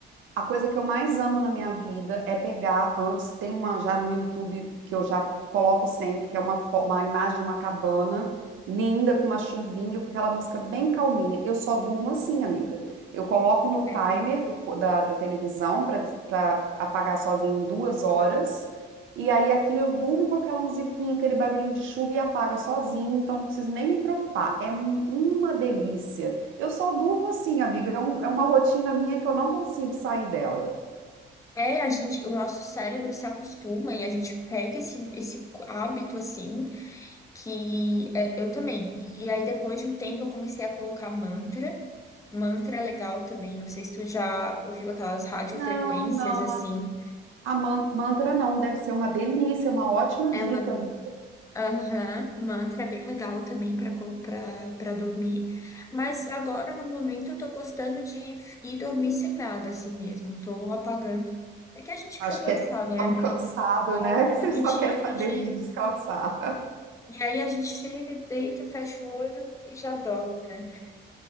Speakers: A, on the right; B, on the left.
A: A coisa que eu mais amo na minha vida é pegar antes, tem uma já no YouTube que eu já coloco sempre, que é uma, fo- uma imagem de uma cabana linda com uma chuvinha, com aquela música bem calminha. Eu só durmo assim, amiga. Eu coloco no timer
B: É,
A: do co- da, da televisão para apagar sozinho em duas horas. E aí aquilo eu durmo com aquela musiquinha, aquele barulhinho de chuva e apaga sozinho, então não preciso nem me preocupar. É um- uma delícia. Eu só durmo assim, amiga. É, um- é uma rotina minha que eu não consigo sair dela.
B: é, a gente, o nosso cérebro se acostuma e a gente pega esse, esse hábito assim, que é, eu também. E aí depois de um tempo eu comecei a colocar mantra. Mantra é legal também, não sei se tu já ouviu aquelas radiofrequências
A: Não, não.
B: assim.
A: a- A man- mantra não, deve ser uma delícia, uma ótima
B: É
A: dica.
B: uma
A: viu?
B: Aham, um mantra é bem legal também para para dormir. Mas agora, no momento, eu tô gostando de ir dormir sem nada, assim mesmo. Tô apagando. É que a gente
A: Acho
B: fica cansado,
A: que é
B: né,
A: tão
B: amigo?
A: cansado,
B: Ao
A: né? <laughs> Que
B: longo
A: você
B: do
A: só
B: dia,
A: quer
B: a gente.
A: saber de descansar.
B: E aí a gente chega, deita, fecha o olho e já dorme, né?